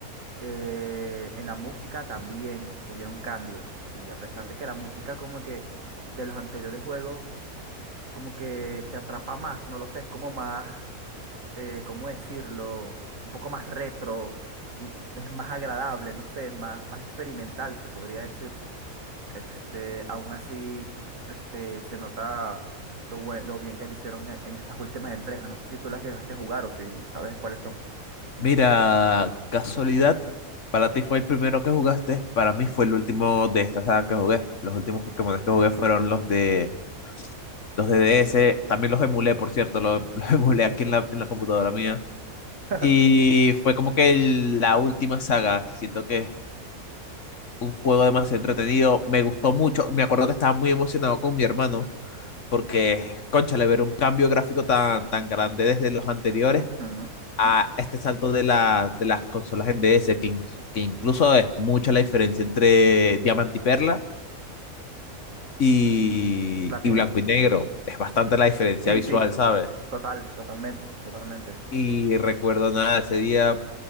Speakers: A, on the right; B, on the left.
A: Eh, en la música también hubieron cambios. Y a pesar de que la música como que de los anteriores juegos como que te atrapa más, no lo sé, es como más, eh, ¿cómo decirlo? Un poco más retro y es más agradable, no sé, es más, más experimental, se podría decir. Este, aún así, este, se nota lo, bue- lo bien que lo hicieron en, en estas últimas entregas. No sé si tú las llegaste a jugar o si sabes cuáles son.
B: Mira, casualidad, para ti fue el primero que jugaste, para mí fue el último de esta saga que jugué. Los últimos Pokémon que jugué fueron los de los de DS, también los emulé, por cierto, los, <laughs> los emulé aquí en la, en la computadora mía.
A: <laughs>
B: Y fue como que el- la última saga, siento que es un juego demasiado entretenido, me gustó mucho, me acuerdo que estaba muy emocionado con mi hermano, porque, cónchale, ver un cambio gráfico tan, tan grande desde los anteriores
A: Ujú,
B: a
A: ujú.
B: este salto de, la, de las consolas en DS, que, in- que incluso es mucha la diferencia entre Diamante y Perla y,
A: Platino.
B: y Blanco y Negro. Es bastante la diferencia
A: Sí,
B: visual,
A: sí,
B: ¿sabes?
A: total, totalmente, totalmente.
B: Y recuerdo nada ese día